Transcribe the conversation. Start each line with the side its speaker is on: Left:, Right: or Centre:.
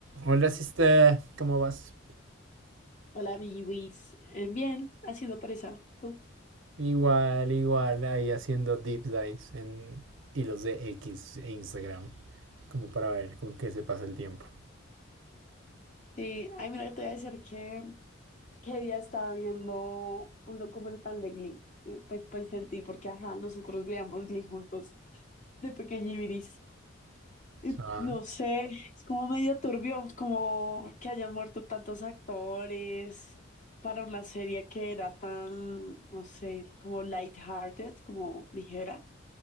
Right: Hola, sister. ¿Cómo vas?
Left: Hola, mi Luis. Eh, bien, haciendo presa? ¿Tú?
Right: Igual, igual, ahí haciendo deep dives en hilos de X e Instagram, como para ver con qué se pasa el tiempo.
Left: Sí, ay, mira, te voy a decir que, que día estaba viendo un documental de Glee. Y, Pues pensé en ti, porque ajá, nosotros veíamos Glee juntos de pequeñibiris. Y
Right: Ah,
Left: no sé, es como medio turbio, como que hayan muerto tantos actores para una serie que era tan, no sé, como lighthearted, como ligera,